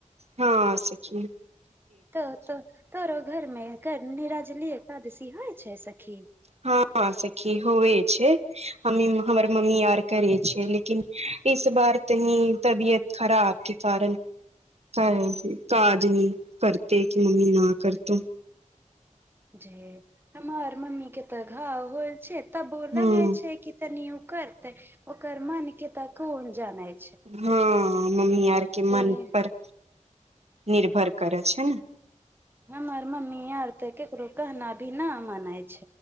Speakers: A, on the right (about 55°); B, on the right (about 15°).
A: हँ सच मे
B: तऽ त तोरो घरमे निराजलीए एकादशी होइ छै सखी
A: हँ सखी होवे छै हम हमर मम्मी आर करे छियै लेकिन इस बार तनी तबियत खराब के कारण क काज न करते कि मम्मी न करतो
B: जे हमर मम्मी के तऽ घाव होल छै त बोलल
A: ह
B: गय छै की तनि उकर करते ओकर मन के तऽ कोन जाने छै
A: हँ मम्मी आर के मन
B: जे
A: पर निर्भर करय छै
B: हमर मम्मी यार तऽ केकरो कहना भी न मान ह